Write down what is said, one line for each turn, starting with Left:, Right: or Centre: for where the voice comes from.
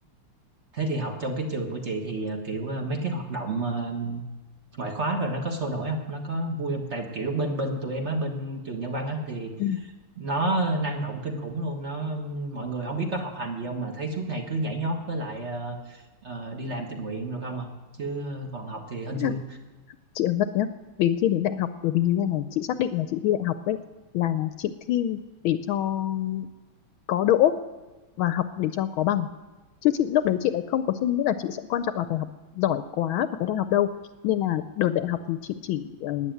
Right: thế thì học trong cái trường của chị thì ờ, kiểu ờ, mấy cái hoạt động ờ, ngoại khóa rồi nó có sôi nổi không nó có vui không tại kiểu bên bên tụi em á bên trường nhân văn á thì
Left: Ừ.
Right: nó năng động kinh khủng luôn nó mọi người không biết có học hành gì không mà thấy suốt ngày cứ nhảy nhót với lại ờ, ờ, đi làm tình nguyện rồi không à chứ ờ, còn học thì hên
Left: <laughs>
Right: xui
Left: chị nói thật nhá đến khi đến đại học bởi vì như thế này chị xác định là chị thi đại học ấy là chị thi để cho có đỗ và học để cho có bằng chứ chị lúc đấy chị lại không có suy nghĩ là chị sẽ quan trọng là phải học giỏi quá vào cái đại học đâu nên là đợt đại học thì chị chỉ ờ,